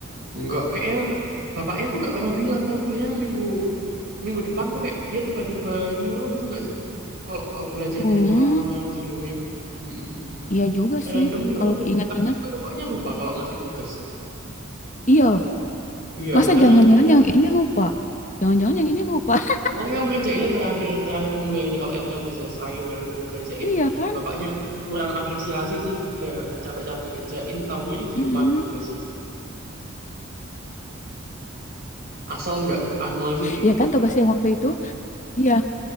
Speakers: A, on the right; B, on the left.
A: nggak kayaknya bapaknya tuh nggak pernah bilang tapi biasanya minggu minggu depan tuh kayak dia tiba-tiba nyuruh gitu nggak sih kalau eh, belajar
B: Hmm,
A: dari pengalaman-pengalaman sebelumnya Mm-mm.
B: iya juga
A: random
B: sih.
A: gitu
B: Kalau
A: loh
B: diingat-ingat,
A: kayaknya juga bapaknya lupa kalau ngasih tugas
B: iya.
A: iya
B: Masa
A: makanya
B: jangan-jangan
A: aku
B: yang ini lupa? Jangan-jangan yang ini lupa. <laughs>
A: Makanya aku kerjainnya terakhir terakhir mulu yang ini kalau yang lain udah selesai baru ini aku kerjain.
B: Iya kan?
A: Bapaknya kurang apresiasi sih, udah capek-capek ngerjain, taunya eh dilupain
B: Mm-mm.
A: tugasnya. Asal nggak anu aja sih.
B: Iya kan tugas yang waktu itu? Iya,